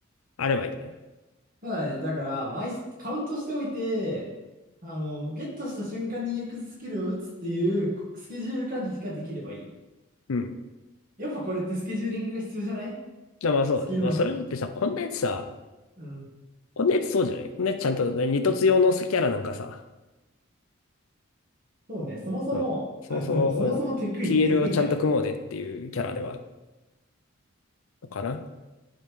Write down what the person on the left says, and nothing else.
あればいいんだよね。
うん。
だまあそう。
まあそれだってさ、こんなやつさ、
こんなやつそうじゃないこんなやつちゃんとね二突用のキャラなんかさ、
うん、そもそもこれ
TL
をちゃんと組もうねっていうキャラではある
のかな。